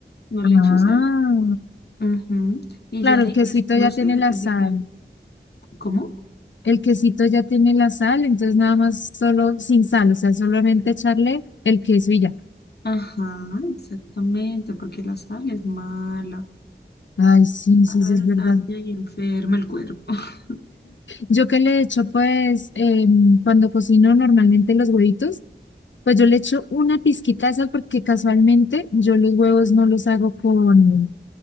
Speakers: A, on the left; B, on the left.
A: No le
B: Ah,
A: echo sal. Ujú. Y
B: claro,
A: ya de
B: el
A: ahí,
B: quesito
A: pues, no
B: ya
A: sé,
B: tiene
A: depende
B: la sal.
A: que haya. ¿Cómo?
B: El quesito ya tiene la sal, entonces nada más solo sin sal, o sea, solamente echarle el queso y ya.
A: Ajá, exactamente, porque la sal es mala.
B: Ay, sí, sí,
A: La sal
B: sí, es verdad.
A: daña y enferma el cuerpo. <laughs>
B: Yo que le echo, pues, em, cuando cocino normalmente los huevitos, pues yo le echo una pizquita de sal porque casualmente yo los huevos no los hago con,